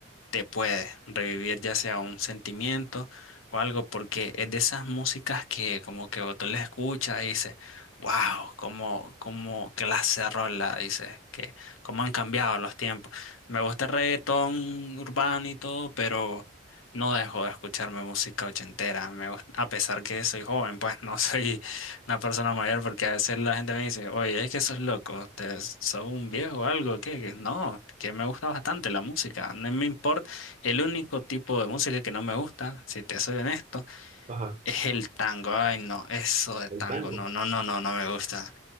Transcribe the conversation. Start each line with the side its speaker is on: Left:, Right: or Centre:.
Left: te puede revivir ya sea un sentimiento o algo, porque es de esas músicas que como que tú la escuchas y dices, wow, como, como clase de rola, dices, que cómo han cambiado los tiempos. Me gusta el reggaetón urbano y todo, pero no dejo de escucharme música ochentera. Me gus- a pesar que soy joven, pues no <laughs> soy una persona mayor, porque a veces la gente me dice, oye, es que sos loco, te, sos un viejo o algo, que no, que me gusta bastante la música, no me importa. El único tipo de música que no me gusta, si te soy honesto,
Right: Ajá,
Left: es el tango. Ay, no, eso de
Right: el
Left: tango,
Right: tango.
Left: no, no, no, no, no me gusta.